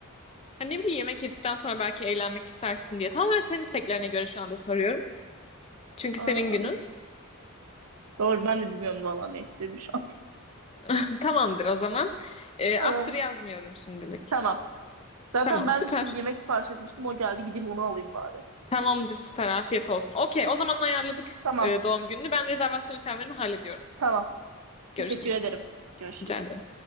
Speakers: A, on the left; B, on the right.
A: Hani ne bileyim yemek yedikten sonra belki eğlenmek istersin diye. Tamamen senin isteklerine göre şu anda soruyorum. Çünkü
B: Aa,
A: senin günün.
B: doğru ben de bilmiyorum vallahi ne istediğimi şu an.
A: <laughs> Tamamdır o zaman.
B: <laughs>
A: Ee, after
B: Tamam.
A: yazmıyorum şimdilik.
B: Tamam. Zaten
A: Tamam
B: ben
A: süper.
B: şimdi yemek sipariş etmiştim. O geldi gideyim onu alayım bari.
A: Tamamdır süper. Afiyet olsun. Okey o zaman ayarladık
B: Tamam.
A: e, doğum gününü. Ben rezervasyon işlemlerini hallediyorum.
B: Tamam.
A: Görüşürüz.
B: Teşekkür ederim. Görüşürüz.
A: Rica ederim.